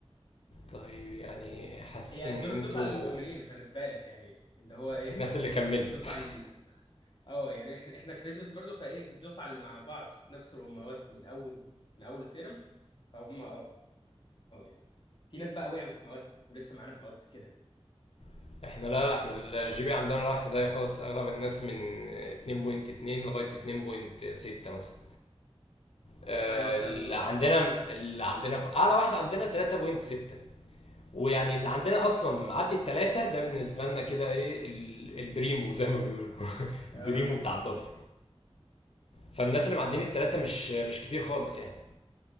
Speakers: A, on the left; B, on the left.
A: طيب يعني حاسس
B: يعني
A: ان
B: دول الدفعة
A: انتوا
B: اللي مكملين خلي في بالك يعني اللي هو ايه
A: الناس اللي كملت
B: دفعة
A: <laughs>
B: اه يعني احنا احنا كريدت برضو فايه الدفعه اللي مع بعض في نفس المواد من اول من اول ترم فهم اه آه يعني في ناس بقى وقعوا في مواد ولسه معانا في مواد كده
A: <applause> احنا لا احنا الجي بي عندنا رايح في داهيه خالص اغلب الناس من 2.2 لغايه 2.6 مثلا آه،
B: اعلى واحد عندكم
A: اللي
B: كده
A: عندنا اللي عندنا ف... اعلى واحد عندنا 3.6 ويعني اللي عندنا اصلا
B: اه
A: معدي التلاتة ده بالنسبه لنا كده ايه ال- البريمو زي ما بيقولوا <laughs> <applause>
B: اه
A: البريمو بتاع الدفعه
B: <laughs>
A: فالناس اللي
B: طب
A: معديين
B: والله
A: التلاتة
B: ده
A: مش مش كتير خالص يعني